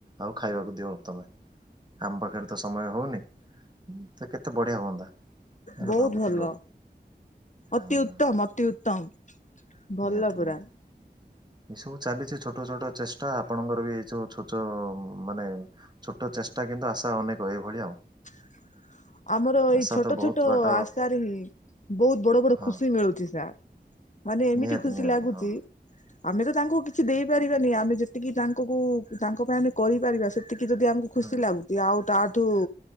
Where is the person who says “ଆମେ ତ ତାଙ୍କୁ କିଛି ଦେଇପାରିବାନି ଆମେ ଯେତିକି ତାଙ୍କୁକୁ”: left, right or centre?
Left